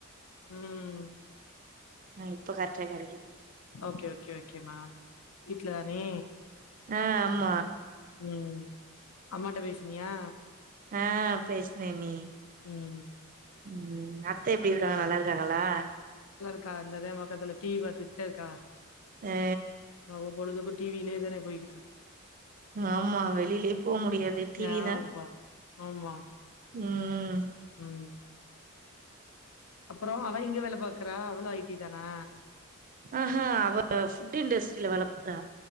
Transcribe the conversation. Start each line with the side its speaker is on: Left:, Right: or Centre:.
Left: உம்
Right: ஆ இப்ப கரெக்டா கெடைக்குது
Left: ஓகே ஓகே ஓகேமா வீட்லதானே
Right: ஆஹ் ஆமா
Left: உம் அம்மாட்ட பேசினியா
Right: ஆஹ் பேசினே அண்ணி
Left: உம்
Right: உம் அத்த எப்படி இருக்காங்க நல்லா இருக்காங்களா
Left: க்கா இந்ததே பக்கத்துல டீ வி பத்துட்டுதா இருக்கா
Right: ஆ
Left: ஆவ பொழுதுக்குப் டி வி லேதான போயிகிட்டுருக்
Right: ஆமா வெளிலயே போ முடியாது டி
Left: யா,
Right: வி தா
Left: வா. ஆமா
Right: உம்
Left: உம் அப்பறோ அவ எங்க வேல பாக்குற அவளு ஐ டி தானா
Right: அஹ்ஹ அவ ஃபுட் இண்டஸ்ட்ரியில வேல பாக்குறா